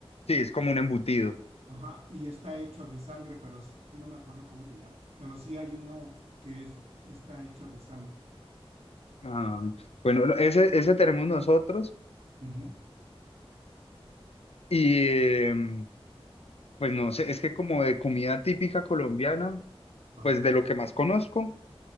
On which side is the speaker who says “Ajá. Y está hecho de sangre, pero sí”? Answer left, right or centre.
Right